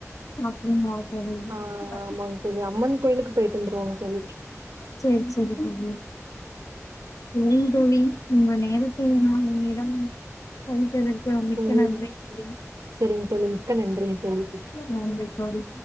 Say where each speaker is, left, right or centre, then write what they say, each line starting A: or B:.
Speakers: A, on the left (about 85°); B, on the right (about 80°).
A: அப்டிங்களா தோழி
B: ஆ ஆமாங் தோழி அம்மன் கோயிலுக்கு போயிட்டு வந்துருவோங்க தோழி
A: சேரி செரி தோழி சொல்லுங் தோழி உங்க நேரத்தை நான் என்னிடம் அழைத்ததற்க்கு ரொம் மிக்க
B: ம்
A: நன்றி தோழி
B: சரிங்க தோழி. மிக்க நன்றிங்க தோழி.
A: போங்கள் தோழி